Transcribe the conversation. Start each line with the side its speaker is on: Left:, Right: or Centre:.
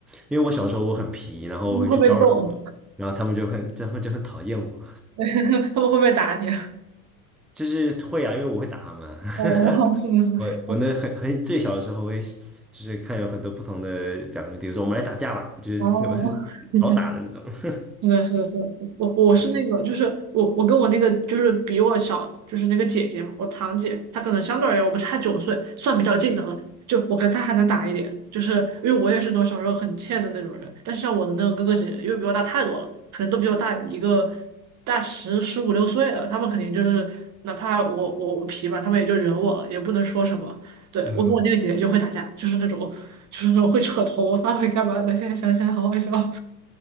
Centre: 因为我小时候我很皮，然后我会去招惹他们，
Right: 你会被揍，
Centre: 然后他们就很，他们就很讨厌我，
Right: <laughs> 他们会不会打你？
Centre: 就是会啊，因为我会打他们。
Right: 哦，
Centre: <laughs>
Right: 是的，是的，
Centre: 我我那很很最小的时候，我也是就是看有很多不同的表兄弟，我说我们来打架吧，就是我是好打的那种。
Right: 哦，<laughs> 是的，是的，对，我我是那个，
Centre: <laughs> 对，
Right: 就是我我跟我那个就是比我小，就是那个姐姐嘛，我堂姐，她可能相对而言我们差九岁，算比较近的了。就我跟她还能打一点，就是因为我也是那种小时候很欠的那种人，但是像我的那个哥哥姐姐，因为比我大太多了，可能都比我大一个大十十五六岁了，他们肯定就是哪怕我我我皮吧，他们也就忍我了，也不能说什么。对，
Centre: 嗯，
Right: 我跟我那个姐姐就会打架，就是那种就是那种会扯头发会干嘛的，现在想起来好好笑，<laughs>